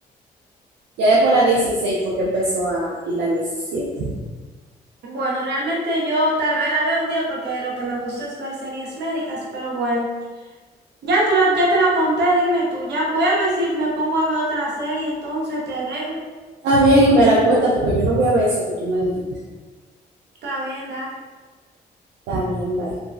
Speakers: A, on the right; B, on the right.
A: ya después la 16 fue que empezó a, y la diecisiete
B: Bueno, realmente yo tal vez la vea un día porque lo que me gusta es ver series médicas, pero bueno. Ya tú la, ya te la conté, dime tú. Ya voy a ver si me pongo a ver otra serie, entonces te dejo.
A: Está bien y me la cuenta porque yo no voy a ver esa que tú me dijiste.
B: Está bien, dale.
A: Está bien, bye.